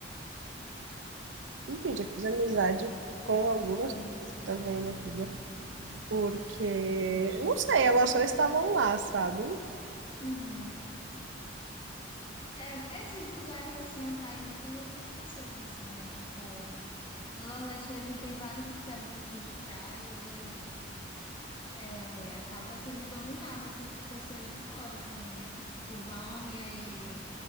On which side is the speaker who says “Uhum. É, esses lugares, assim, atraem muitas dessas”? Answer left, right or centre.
Left